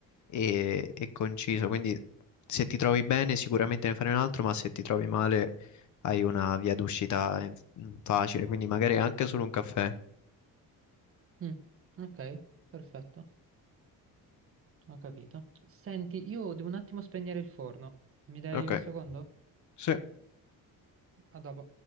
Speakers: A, on the left; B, on the right.
A: e- e conciso, quindi se ti trovi bene sicuramente ne fai un altro, ma se ti trovi male hai una via d'uscita eh, facile, quindi magari anche solo un caffè.
B: Mm, ok, perfetto, ho capito. Senti, io devo un attimo spegnere il forno. Mi dai
A: Ok,
B: un secondo?
A: sì.
B: A dopo.